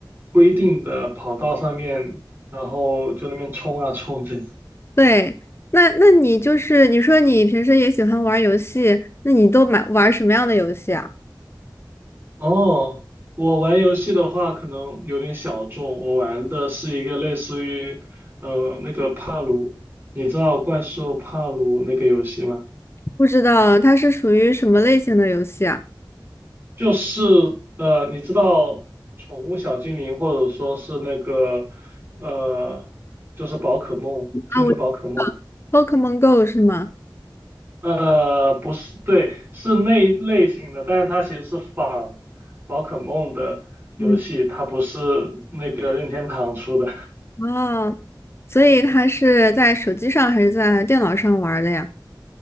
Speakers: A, on the right (about 30°); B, on the left (about 30°).
A: 规定的跑道上面，然后就那边冲啊冲这样
B: 对，那那你就是你说你平时也喜欢玩儿游戏，那你都买玩儿什么样的游戏啊？
A: 哦，我玩游戏的话可能有点小众，我玩的是一个类似于呃那个帕鲁，你知道怪兽帕鲁那个游戏吗？
B: 不知道它是属于什么类型的游戏啊？
A: 就是呃，你知道宠物小精灵，或者说是那个呃，就是宝可梦，精灵宝可梦，
B: 啊，我 Pokemon Go 是吗？
A: 呃，不是，对，是那一类型的，但是它其实是仿宝可梦的游戏，
B: 嗯，
A: 它不是那个任天堂出的。
B: 哦，所以它是在手机上还是在电脑上玩儿的呀？